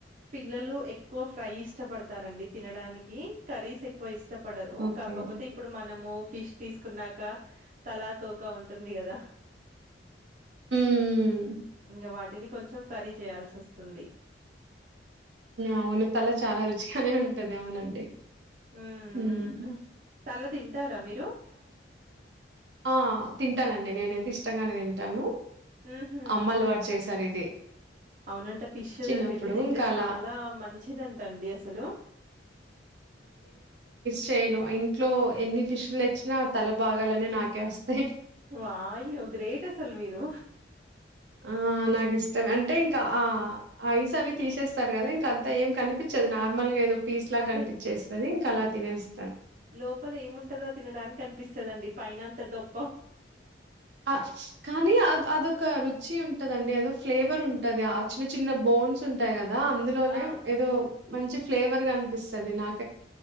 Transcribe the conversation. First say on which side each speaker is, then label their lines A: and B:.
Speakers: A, on the right; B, on the right.
A: పిల్లలు ఎక్కువ ఫ్రై ఇస్ ఇష్టపడతారండి తినడానికి కర్రీస్ ఎక్కువ ఇష్ట ఇష్టపడరు
B: ఓకే
A: కాకపోతే ఇప్పుడు మనము ఫిష్ తీసుకున్నాక తలా తోకా ఉంటుంది కదా
B: మ్మ్
A: ఇంకా వాటిని కొంచెం కర్రీ చేయాల్సి వస్తుంది
B: అవును తల చాలా రుచిగానే ఉంటది అవునండి
A: మ్మ్.
B: హుమ్
A: తల తింటారా మీరు
B: ఆ తింటానండి నేనైతే ఇష్టంగానే తింటాను
A: మ్హూ.
B: అమ్మ అల్వట్ చేసారు ఇది
A: అవునంట ఫిష్
B: చిన్నప్పుడు
A: హెడ్ తింటే
B: ఇంకా
A: చాలా
B: అలా
A: మంచిదంట అండి అసలు
B: చెయిను ఐన్ ఇంట్లో ఎన్ని ఫిషులు తేచ్చినా తల బాగాలు అన్ని నాకే వస్తాయి
A: వా అయ్యో గ్రేట్ అసలు మీరు
B: ఆ నాకు ఇష్టం అంటే ఇంకా ఆ ఐస్ అవి తీసేస్తారు కదా ఇంక అంత ఏం కనిపించది నార్మల్ గా ఏదో పీస్ లాగా
A: అదే
B: కనిపించేస్తుంది తలా తినెస్
A: లోపల ఏముంటదో తినడానికి అనిపిస్తదండి పైనం డబ్
B: ఆ కానీ అ అదొక రుచి ఉంటది ఆండి అదో ఫ్లేవర్ ఉంటది ఆ చిన్న చిన్న బోన్స్ ఉంటాయి కదా కదా అందులోనే
A: ఆ!
B: ఏదో మంచి ఫ్లేవర్ కనిపిస్తది నాకు